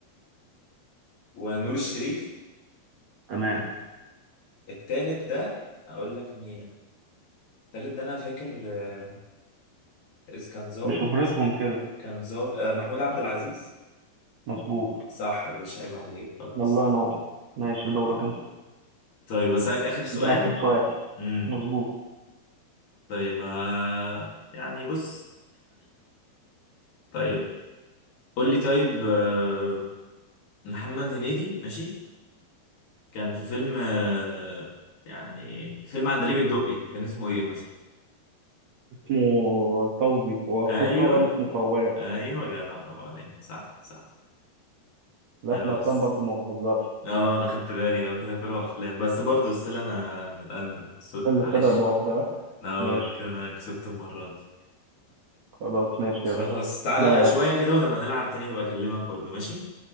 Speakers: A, on the left; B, on the right.
A: ونور الشريف
B: تمام
A: التالت ده اقول لك مين التالت ده انا فاكر آه، إذ كان ظابط
B: بشهرتهم كده
A: كان ظابط آه، محمود عبد العزيز
B: مظبوط
A: صح يا باشا عيب عليك خلاص
B: يلا ينور ماشي دورك انت
A: طيب اسالك اخر سؤال
B: ده اخر سؤال
A: امم
B: مظبوط
A: طيب آه يعني بص طيب قول لي طيب آه محمد هنيدي ماشي كان في فيلم آه يعني في فيلم عندليب الدقي كان اسمه ايه مثلا
B: اسمه فوزي واخوه
A: ايوه
B: التوأم اسمه فواز
A: ايوه جدع برافو عليك صح صح
B: لا
A: خلاص
B: في الافلام برضو ما بهزرش
A: اه انا خدت بالي اه كده كوره وافلام بس برضه ستيل انا متقدم سوري،
B: اللي
A: معلش
B: سبق بواحدة
A: اه
B: ماشي
A: كده انا كسبت المرة دي
B: خلاص ماشي
A: خلاص
B: يا باشا
A: تعالى
B: ما
A: شوية كده ونبقى نلعب تاني هبقى اكلمك برضو ماشي